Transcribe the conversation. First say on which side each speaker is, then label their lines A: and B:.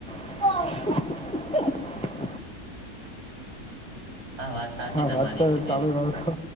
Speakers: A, in the centre; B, on the right (about 70°).
A: <unintelligible>
B: હા, વાત સાથે
A: હા વાત
B: અમારી
A: તો
B: કે જે
A: ચાલુ રાખો